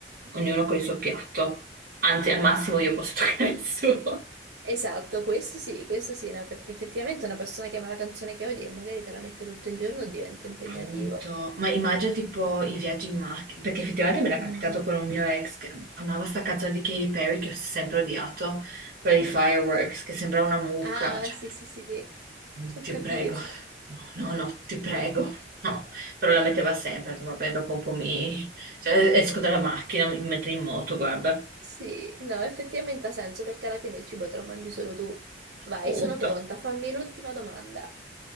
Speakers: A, on the right; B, on the right.
A: Ognuno con il suo piatto. Anzi, al massimo io posso <laughs> toccare il suo.
B: Esatto, questo sì, questo sì, no, perché effettivamente una persona che ama la canzone che odia e magari te la mette tutto il giorno diventa impegnativo.
A: Punto. Ma immagino tipo i viaggi in macchina, perché effettivamente me l'ha capitato
B: No.
A: con un mio ex che amava sta canzone di Katy Perry che ho sempre odiato, quella di
B: <laughs>
A: Fireworks, che sembrava una mucca.
B: Ah,
A: Cioè,
B: sì, sì, sì,
A: no,
B: ho
A: ti
B: capito.
A: prego, no, no, no, ti prego. No, però la metteva sempre, ho detto, vabbè, dopo un po' mi... Cioè, esco dalla macchina, mi metto in moto, guarda.
B: Sì, no, effettivamente ha senso perché alla fine il cibo te lo mangi solo tu. Vai,
A: Punto.
B: sono pronta, fammi l'ultima domanda.